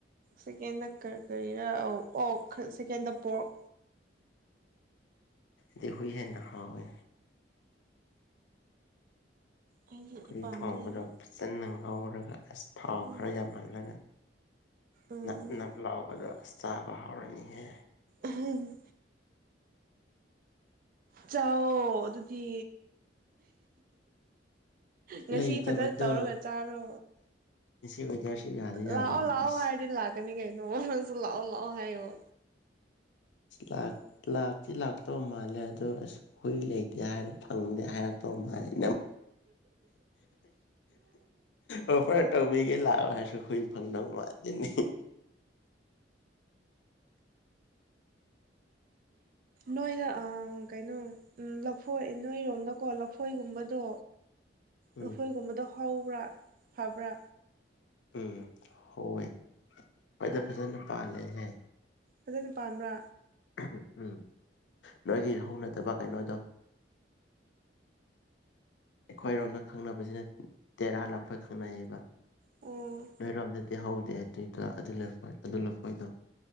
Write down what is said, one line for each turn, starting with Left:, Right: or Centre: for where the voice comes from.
Right: ꯁꯦꯀꯦꯟꯗ ꯀꯔꯤꯔꯥ ꯑꯣ ꯁꯦꯀꯦꯟꯗ ꯄꯣꯔ
Left: ꯗꯏ ꯍ ꯅꯍꯋꯦ
Right: ꯑꯩꯗꯤ
Left: ꯍꯈꯣꯏ
Right: ꯄꯥꯝꯗꯦꯗ
Left: ꯊꯣꯡꯕꯗꯣ ꯐꯖꯅ ꯉꯧꯔꯒ ꯑꯁ ꯊꯥꯎ
Right: ꯎꯝ
Left: ꯈꯔ ꯌꯥꯝꯍꯜꯂꯒ
Right: ꯎꯝ
Left: ꯅ ꯂꯥꯛꯑꯣꯕꯗ ꯆꯥꯕ ꯍꯥꯎꯔꯅꯤꯍꯦ
Right: ꯎꯝ ꯆꯥꯎꯑꯣꯣ ꯑꯗꯨꯗꯤ
Left: ꯂꯩꯇꯕꯗꯣ
Right: ꯉꯁꯤ ꯐꯖꯅ ꯇꯧꯔꯒ ꯆꯥꯔꯣ
Left: ꯉꯁꯤ ꯋꯦꯗꯔꯁꯨ ꯌꯥꯗꯤ ꯌꯥꯕꯅꯤ
Right: ꯂꯥꯛꯑꯣ ꯂꯥꯛꯑꯣ
Left: ꯑꯁ
Right: ꯍꯥꯏꯔꯗꯤ ꯂꯥꯛ ꯀꯅꯤ ꯀ ꯍꯥꯏ ꯂꯥꯛꯑꯣ ꯂꯥꯛꯑꯣ ꯍꯥꯏꯥꯏ ꯑꯣ
Left: ꯂꯥꯛ ꯂꯥꯛꯁꯤ ꯂꯥꯛ ꯛꯇꯧ ꯃꯥꯜꯂꯦ ꯑꯗꯨ ꯑꯁꯨ ꯍꯨꯏ ꯂꯩꯇꯦ ꯍꯥꯏꯔ ꯐꯪꯗꯦ ꯍꯥꯏꯔꯛꯇꯧ ꯃꯥꯜꯂꯦ ꯑꯣꯐꯔ ꯇꯣꯤ ꯌꯦ ꯂꯥꯎ ꯍ ꯐꯪꯗꯧ ꯃꯥꯅꯤ <inaudible>
Right: ꯅꯣꯏꯗ ꯀꯩꯅꯣ ꯂꯐꯣꯏ ꯅꯣꯏꯔꯣꯝꯗꯀꯣ ꯂꯐꯣꯏꯒꯨꯝꯕꯗꯣ
Left: ꯎꯝ
Right: ꯅꯈꯣꯏꯒꯨꯝꯕꯗꯣ ꯍꯧꯕ꯭ꯔꯥ ꯐꯕ꯭ꯔꯥ
Left: ꯎꯝ ꯍꯣꯏꯑꯦ ꯍꯣꯏꯗ ꯐꯖꯅ ꯄꯥꯜꯂꯦꯍꯦ
Right: ꯑꯗꯨꯗꯤ ꯄꯥꯟꯕꯥꯝꯕ꯭ꯔꯥ
Left: ꯎꯝ ꯎꯝ ꯅꯣꯏꯒꯤ ꯍꯧ ꯅꯠꯇꯕ ꯀꯩꯅꯣꯗꯣ ꯑꯩꯈꯣꯏꯔꯣꯝꯗ ꯈꯪꯅꯕꯁꯤꯅ ꯇꯦꯔꯥ ꯂꯥꯛꯄ ꯈꯪꯅꯩꯌꯦꯕ
Right: ꯑꯣ
Left: ꯅꯣꯏꯔꯝ ꯊ ꯍ ꯗ ꯑꯗꯨ ꯑꯗꯨ ꯂꯐꯣꯏꯗꯣ